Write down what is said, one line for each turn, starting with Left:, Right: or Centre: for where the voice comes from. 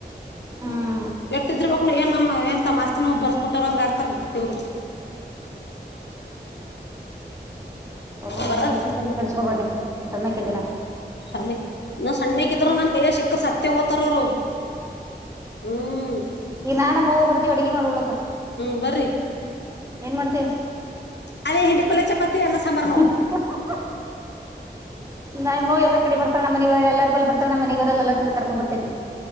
Right: ಹ್ಮ್
Left: ಎಸ್ಟಿರಬೇಕು ಏನು ನಮ್ಮ ತಮ್ಮ ಆಸ್ತಿ ನಮಗೆ ಬರೆದು ಆ ಕೊಟ್ಟ್ರ ಹಂಗ ಆಡ್ತಾರ ಮಕ್ಳೂರು
Right: ಒಬ್ಬಳ
Left: ಬರದ್
Right: ಜಾಸ್ತಿ ತಲೆಕೆಡಸ್ಕೊ ಬನ್ನಿ ಸಣ್ಣಕ ದಿನ
Left: ಶಾಲೆ ನ ಸಣ್ಣಕ್ಕಿದರು ನನ್ ಕೈನ್ನ ಸಿಕ್ಕಿದ್ರೆ ಸತೇ ಹೋತರ ಅವ್ರು ಹ್ಮ್
Right: ಈ ನಾನ ಅವ್ವ ಬರ್ತಿವಿ ಅಡುಗೆ ಮಾಡ ಉಳಕ್ಕೆ
Left: ಹ್ಮ್ ಬರ್ರಿ
Right: ಏನ್ ಮಾಡ್ತೀವಿ
Left: ಅದೇ ಹಿಂಡು ಪಲ್ಯ ಚಪಾತಿ ಅನ್ನ
Right: <inaudible>
Left: ಸಾಂಬಾರ್ ನೋಡ್
Right: ನಮ್ಮ ಅವ್ವ ಎಲ್ಲ ಕಡೆ ಬತಳ್ಣ ಮನವ ಎಲ್ಲರ ಬರ್ತಾ ನಮ್ಮನ ಇವರೆಲ್ಲ ಕರ್ಕೊ ಬರ್ತೇನಿ